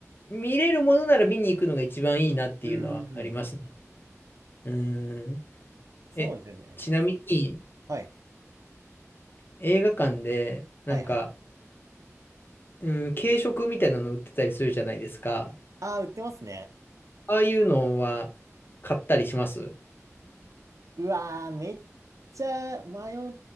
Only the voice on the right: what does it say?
うんうんうん。
そうですよね。
はい。
はいはい。
ああ、売ってますね。
うわー、めっちゃ迷っ